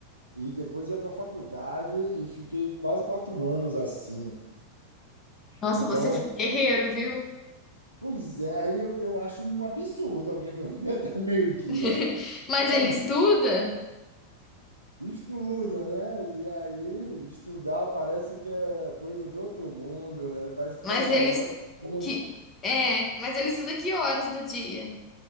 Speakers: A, on the right; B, on the left.
A: e depois ia para a faculdade e fiquei quase quatro anos assim.
B: Nossa,
A: Então,
B: você foi guerreiro, viu?
A: Pois é, aí eu, eu acho um absurdo alguém dormir <laughs> até meio-dia.
B: <laughs> Mas
A: É,
B: ele
A: mas
B: estuda?
A: estuda, né? E aí, estudar parece que é coisa do outro mundo, né? Parece que está
B: Mas
A: salvando
B: ele es-
A: o mundo.
B: que é, mas ele estuda que horas do dia?